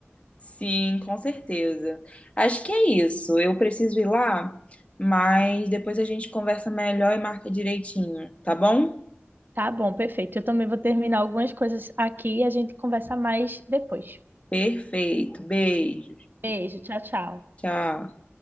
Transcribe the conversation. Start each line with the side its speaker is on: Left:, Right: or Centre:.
Left: Sim, com certeza. Acho que é isso. Eu preciso ir lá, mas depois a gente conversa melhor e marca direitinho, tá bom?
Right: Tá bom, perfeito. Eu também vou terminar algumas coisas aqui e a gente conversa mais depois.
Left: Perfeito. beijo
Right: Beijo, tchau, tchau.
Left: Tchau.